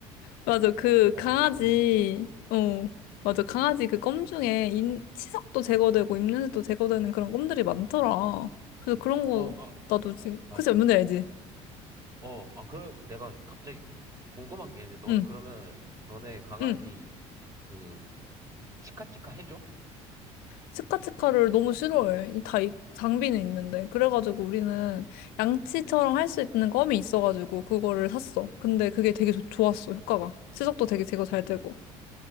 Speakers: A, on the left (about 70°); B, on the right (about 20°).
A: 맞아. 그
B: 어
A: 강아지,
B: 좀 하고 있어.
A: 어, 맞아. 강아지 그 껌 중에 임, 치석도 제거되고 입냄새도 제거되는 그런 껌들이 많더라. 그래서 그런 거
B: 어 아
A: 나도 지금
B: 맞아.
A: 그치 뭔지 알지?
B: 어 아 그럼 내가 갑자기 궁금한 게 있는데 너는
A: 응,
B: 그러면 너네 강아지
A: 응.
B: 그 치카치카 해줘?
A: 치카치카를 너무 싫어해. 이 다 이, 장비는 있는데 그래가지고 우리는 양치처럼 할 수 있는 껌이 있어가지고 그거를 샀어. 근데 그게 되게 좋, 좋았어 효과가. 치석도 되게 제거 잘 되고.